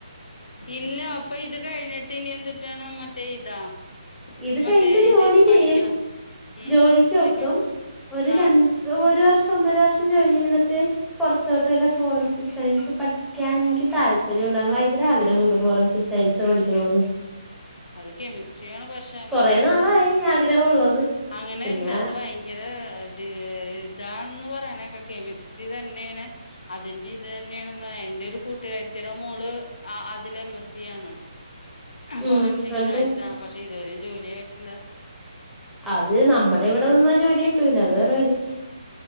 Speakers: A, on the left; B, in the centre.
A: ഇല്ല ഇപ്പൊ ഇത് കഴിഞ്ഞിട്ട് ഇനി എന്തിട്ടാണ് മറ്റേ ഇതാ.
B: ഇത് കഴിഞ്ഞിട്ട്
A: മറ്റേ
B: ജോലി
A: ഇത്
B: ചെയ്യും.
A: പഠിക്കണം ഉം
B: ജോലിക്ക്
A: അതൊക്കെ
B: നോക്കും ഒരു
A: ആഹ്
B: രണ്ട് ഒരു വർഷം. ഒന്നര വർഷം ജോലി ചെയ്തിട്ട് പുറത്തോട്ട് വല്ല ഫോറൻസിക് സയൻസ് പഠിക്കാൻ എനിക്ക് താല്പര്യം. ണ്ട് ഭയങ്കര ആഗ്രഹമുണ്ട് ഫോറൻസിക് സയൻസ് പഠിക്കണമന്ന്.
A: അത് കെമിസ്ട്രിയാണ് പക്ഷെ
B: കൊറേ
A: നല്ല
B: നാളായി
A: ഇതാണ്.
B: ആഗ്രഹം ഉള്ളത്
A: അങ്ങനെല്ല
B: പിന്നെ
A: അത് ഭയങ്കര ത് ഇതാണെന്ന് പറയണേക്കാ കെമിസ്ട്രി തന്നെയാണ് അതിന്റെ ഇത് തന്നെയാണന്നാഎന്റെ ഒരു കൂട്ടുകാരിതി ടെ മോൾ അ അതിലെ എം സി യാണ്
B: ഉം
A: ഫോറൻസിക്
B: എന്നിട്ട്
A: സയൻസാണ് പക്ഷേ ഇതുവരെ ജോലിആയിട്ടില്ല
B: അത് നമ്മുടെ ഇവിടെ നിന്നാ ജോലി കിട്ടൂല അത് വേറെ കാര്യം.